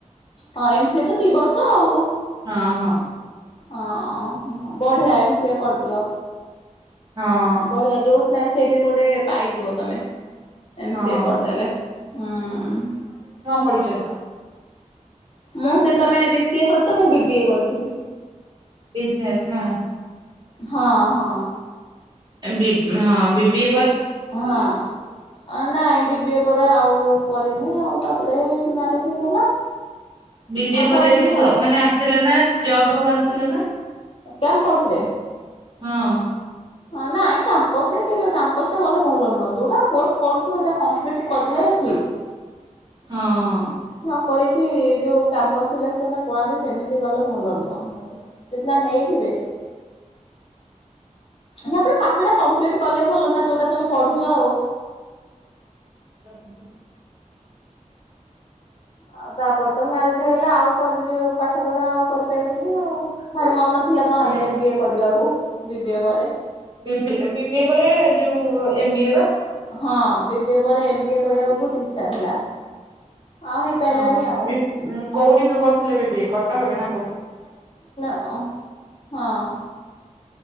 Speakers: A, on the left; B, on the right.
A: ହଁ ଏମ୍ ସି ଏ ତ ଦି ବର୍ଷ ଆଉ
B: ହଁ ହଁ।
A: ହଁ ବଢିଆ ଏମ୍ ସିଏ କରିଦିଅ।
B: ହଁ
A: ବଢିଆ ଯେଉଁଠି ନାଇଁ ସେଇଠି ଗୋଟେ ପାଇଯିବ ତମେ ଏମ୍
B: ହଁ।
A: ସି ଏ କରିଦେଲେ ହମ୍
B: ପଢ଼ିଛନ୍ତି।
A: ମୁଁ ସେ ତମେ ବି ସି ଏ କରିଛ ମୁଁ ବି ବି ଏ କରିଥିଲି।
B: ବିଜନେସ୍ ନା
A: ହଁ ହଁ।
B: ଏ ବି ହଁ ବି ବି
A: ହଁ ନା ଏବେ ବି ଏ ଆଉ କରିନି ଆଉ ତାପରେ ମ୍ୟାରେଜ ହେଇଗଲା।
B: ବି ବି
A: ଆଉ
B: ଏ ପରେ
A: କରିନି
B: ଯୋଉ
A: ଆଉ
B: ମାନେ ଆସିଥିଲା ନା ଜବ୍ ଫବ୍ ଆସିଥିଲା ନା।
A: କ୍ୟାମ୍ପସ ରେ
B: ହଁ।
A: ହଁ ନାଇଁ କ୍ୟାମ୍ପସରେ କେଜାଣି କ୍ୟାମ୍ପସରେ ଗଲେ ଭଲ ନୁହଁ ଯୋଉଟା କୋସ କରୁଛୁ ସେଟା କପ୍ଲ କଲେ ଠିକ୍
B: ହଁ।
A: କରିକି ଯୋଉ କାମ୍ପସ ସିଲେକ୍ସନ ଟ ପଳାନ୍ତି ସେମିତି ଗଲେ ଭଲ ନୁହଁ ସେ ସିନା ନେଇଯିବେ। ତାପରେ ପାଠ ଟା କମ୍ପ୍ଲିଟ କଲେ ଭଲ ନା ଯୋଉଟା ତମେ ପଢୁଚ ଆଉ
B: <unintelligible>
A: ହଁ ତାପରେ ତ ମ୍ୟାରେଜ ହେଇଗଲା ଆଉ କରିଲି ପାଠ ପଢା ଆଉ କରିପାରଲିିନି ଆଉ ଭାରି ମନ ଥିଲା ନହେଲେ
B: ହୁଁ
A: ଏମ ବି ଏ କରିବାକୁ। ବିିବିଏ ପରେ।
B: ବିବିଏ ପରେ ଯୋଉ ଏମବି ଏ ବା।
A: ହଁ ବିିବିଏ ପରେ ଏମବିଏ କରିବାକୁ ବହୁତ ଇଛା ଥିଲା। ଆଉ ହେଇପାରିଲାନି
B: ହଁ
A: ଆଉ
B: ବି କୋଉଠି ବି କରୁଥିଲେ ବିି ବି କଟକରେ ନା କୋଉଠି?
A: ଓ ହଁ